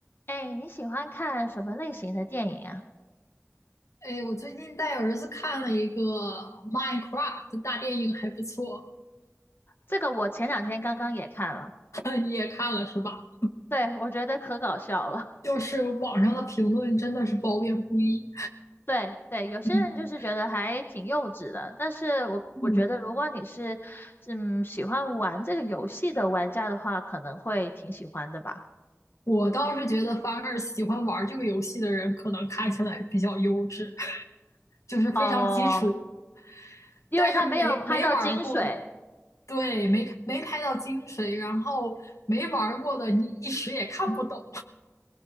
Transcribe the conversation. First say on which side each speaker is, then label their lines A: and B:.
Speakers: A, on the left; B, on the left.
A: 哎，你喜欢看什么类型的电影啊？
B: 哎，我最近带儿子看了一个《Minecraft》大电影，还不错。
A: 这个我前两天刚刚也看了，
B: <laughs> 你也看了是吧？
A: 对，我觉得可搞笑了。
B: 就是网上的评论真的是褒贬不一。
A: <laughs> 对对，有些人就是觉得还挺幼稚的，
B: 嗯
A: 但是我我觉得如果你是嗯喜欢玩这个游戏的玩家的话，
B: 嗯，
A: 可能会挺喜欢的吧。
B: 我倒是觉得，反而喜欢玩这个游戏的人，可能看起来比较幼稚，<laughs> 就是非常基础。
A: 哦，因为他没有拍到精髓，
B: 但是没没玩过的，对，没没拍到精髓，然后没玩过的，你一时也看不懂。